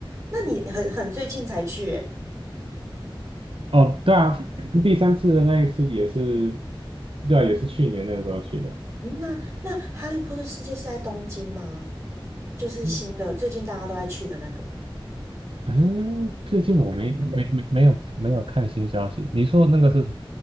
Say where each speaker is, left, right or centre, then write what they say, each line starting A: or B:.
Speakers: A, on the right; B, on the right.
A: 那你很很最近才去诶？
B: 哦，对啊，第三次的那一次也是，对啊，也是去年那个时候去的。
A: 嗯，那那《哈利波特》世界是在东京吗？就是新的，
B: 嗯，
A: 最近大家都在去的那个。
B: 嗯啊最近我没没没没有没有看新消息。你说的那个是什么？